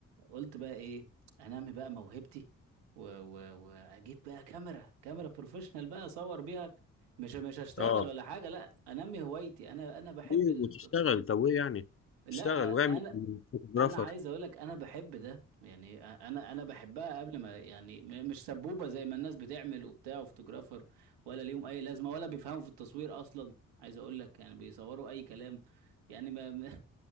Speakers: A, on the right; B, on the left.
A: قلت بقى ايه انمي بقى موهبتي و... و... واجيب بقى كاميرا كاميرا بروفيشنال بقى اصور بيها مش مش هشتغل
B: اه
A: ولا حاجه لا انمي هوايتي انا انا بحب
B: ليه
A: ال...
B: وتشتغل طب ايه يعني
A: لا
B: اشتغل واعمل
A: انا
B: فوتوغرافر
A: انا عايز اقول لك انا بحب ده يعني انا انا بحبها قبل ما يعني م- مش سبوبه زي ما الناس بتعمل وبتاع وفوتوغرافر ولا ليهم اي لازمه ولا بيفهموا في التصوير اصلا عايز اقول لك يعني بيصوروا اي كلام يعني ما <laughs> ما-